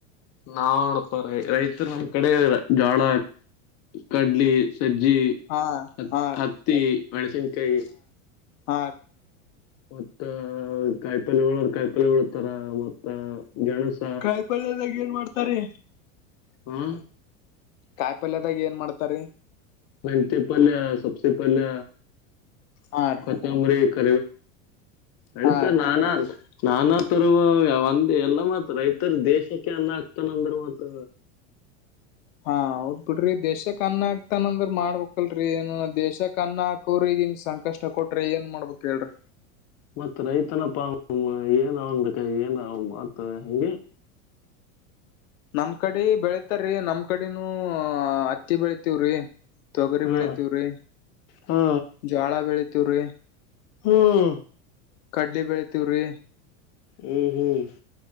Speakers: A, on the left; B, on the left.
A: ನಾವ ನೋಡಪ್ಪ ರ ರೈತ ನಮ್ ಕಡೆ ಜಾಳ ಕಡ್ಲಿ ಸಜ್ಜಿ
B: ಹಾ
A: ಹ
B: ಹಾ ರೀ
A: ಹತ್ತಿ ಮೆಣಸಿನ್ಕಾಯಿ
B: ಹ
A: ಮತ್ತ ಕಾಯಿ ಪಲ್ಗಳು ಕಾಯಿ ಪಲ್ಗಳುತಾರ ಮತ್ತ ಗೆಣಸ
B: ಕಾಯಿಪಲ್ದಾಗ ಏನ್ ಮಾಡ್ತಾರ?
A: ಹ್ಮ
B: ಕಾಯಿ ಪಲ್ಯದಾಗ ಏನ್ ಮಾಡ್ತಾರ?
A: ಮೆಂತ್ಯೆಪಲ್ಯ ಸಬ್ಸಿಪಲ್ಯ
B: ಹಾ ರೀ
A: ಕೊತ್ತಂಬರಿ ಕ ಅಳಿತ
B: ಹಾ ರೀ
A: ನಾನ ಅಂತ ನಾನತರ್ ಒಂದ ಎಲ್ಲ ಮತ್ ರೈತರು ದೇಶಕ್ಕೆ ಅನ್ನ ಆಗ್ತಾನಂದ್ರ ಮತ್
B: ಹಾ ಹೋಗದ ಬಿಡ್ರಿ ದೇಶಕ್ ಅನ್ನ ಆಗ್ತಾನಂದ್ರ ಮಾಡ್ಬಕ್ಲ್ರರಿ ಏನ ದೇಶಕ್ ಅನ್ನ ಹಾಕೋರಗ ನಿಮ ಸಂಕಷ್ಟ ಕೊಟ್ರಿ ಏನ್ ಮಾಡ್ಬಕ್ ಹೇಳ್ರಿ.
A: ಮತ್ತ ರೈತನಪ್ಪ ಏನ ಅವನ್ ಏನ್ ಮಾಡ್ತವೆ ಹಿಂಗೆ.
B: ನಮ್ ಕಡೆ ಬೆಳತಾರೀ ನಮ್ ಕಡನೂ ಹತ್ತಿ ಬೆಳಿತಿವ್ರಿ ತೊಗರಿ
A: ಹಾ
B: ಬೆಳಿತವ್ರಿ
A: ಹಾ
B: ಜೋಳ ಬೆಳಿತಿ ತುರಿ
A: ಹ್ಮ್
B: ಕಡ್ಲಿ ಬೆಳಿತವ್ರಿ
A: ಹ್ಮ್ ಹ್ಮ್